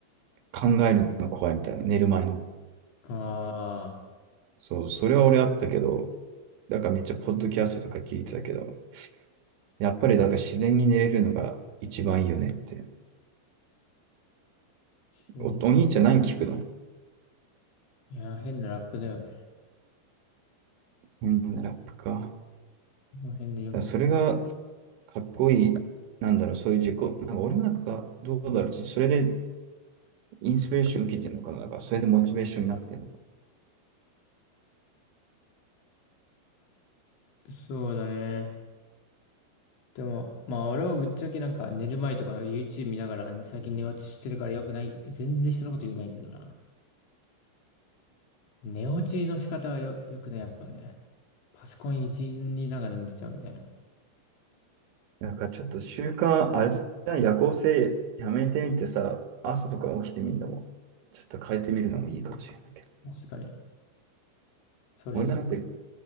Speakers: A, on the right; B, on the left.
A: 考えるのが怖いみたいな、寝る前の。
B: ああ、
A: そう、それは俺あったけど、だからめっちゃポッドキャストとか聞いてたけど、やっぱりだから自然に寝れるのが一番いいよねって。
B: 急に。
A: お、お兄ちゃん何聞くの
B: いやー、変なラップだよね。
A: 変なラップか。
B: この辺でよくない。
A: らそれがかっこいい、なんだろう、そういう自己、なんか俺もなんか、どうだろう、ちそれでインスピレーション受けてるのかな、なんかそれでモチベーションになってるのか
B: そうだね。でも、まあ俺もぶっちゃけなんか寝る前とか YouTube 見ながら最近寝落ちしてるからよくない。全然人のこと言えないけどな。寝落ちの仕方はよ、よくね、やっぱね。パソコンいじりながら寝ちゃうみたいな。
A: な。なんかちょっと習慣、あれじゃない夜行性やめてみてさ、朝とか起きてみるのも、ちょっと変えてみるのもいいかもしれないけど。
B: 確かに。それね、
A: 俺なんか、